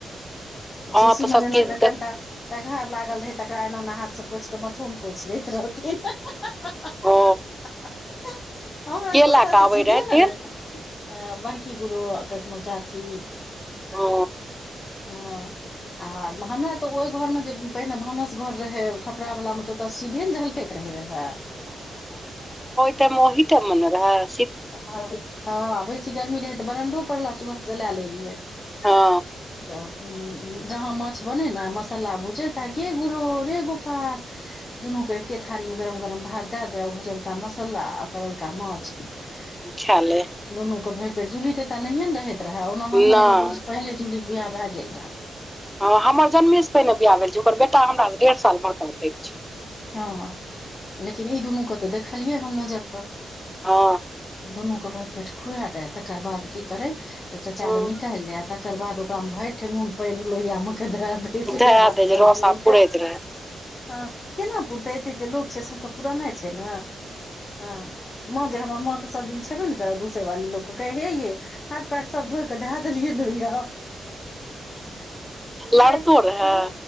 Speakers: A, on the left (about 45°); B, in the centre.
A: शीशी
B: अहाँ तऽ
A: में
B: सभचीज
A: जेनाक कनिटा
B: देख
A: टघहर लागल रहै तकरा एना एना हाथ से पोछि क के मथुम। पूछनैत रहथि ह ह ह
B: ओ
A: ह हा हमरा
B: के
A: तऽ
B: लए
A: ओतऽ
B: कऽ
A: त
B: आबै
A: सीधे
B: रहै
A: ने
B: तेल
A: रहे अ बड़की गुरु कखनो चाची
B: ओ
A: हँ। आ हमरा तऽ ओहि घोर में जे पहिने भानस घोर रहे कपड़ वला मे तऽ ओतऽ सीधे ने झलकैत रहे रहे
B: टा महिटा मने रह।
A: हँ हँ बेसी गर्मी रहै तऽ बरण्डो पड़ला चूल्हा जला लैत रहियै।
B: हँ
A: तऽ उ जहाँ माछ बने न मसाला भुजेता गे गुरो रे गोपाल। दुनू के एके थारी मे गरम गरम भात दए द भुजलका मसाला आ तरलका माछ। आ
B: ख्याले
A: दुनू के भरि पेट जूली तेता न नहिये ने रहैत रहे ओना हमूँ
B: नहि
A: एलौ त पहिले जूली बियाह भए गेल रह
B: हँ हमर जन्मे से पहिने बियाह भेल छै। ओकर बेटा हमरा से डेढ़ साल मे करतै
A: हँ लेकिन ई दुनू के तऽ देखलियै। हम नजर पर
B: हँ
A: दुनूके भैर पेट खुआ लै तकर बाद की करे तऽ चाचा
B: हँ
A: ले निकाल ले आ तकर बाद ओकरा में भरि ठेंगुन पानि लोहिया मे के द दे
B: धए
A: हथ
B: दै
A: भर
B: जे रस
A: द
B: आब
A: एक
B: पुरैत रहै
A: हँ केना पुरतै एते एते लोक छै। सभ के पुराना छै। ने हँ। माँ जे हमर माँ तऽ सभ दिन छेबे ने करै दूसेवाली लोक के कहै हे ये हाथ पैर सभ धोइ कऽ धहा देलियै।
B: लड़कों
A: हँ
B: रहै